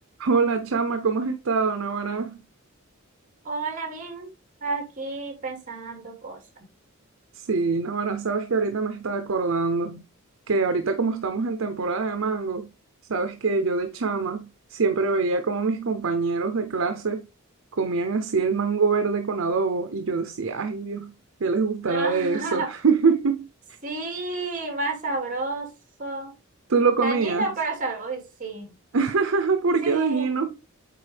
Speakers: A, on the right; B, on the right.
A: Hola chama, ¿cómo has estado, Navarra?
B: Hola, bien. Aquí pensando cosas.
A: Sí, Navarra, sabes que ahorita me está acordando que ahorita como estamos en temporada de mango, sabes que yo de chama siempre veía como mis compañeros de clase comían así el mango verde con adobo y yo decía, ay Dios, ¿qué les gustará
B: Ah,
A: de eso? <laughs>
B: <laughs> sí, más sabroso.
A: ¿Tú lo
B: Dañino,
A: comías?
B: pero sabroso. Uy, sí.
A: <laughs> ¿Por
B: Sí.
A: qué dañino?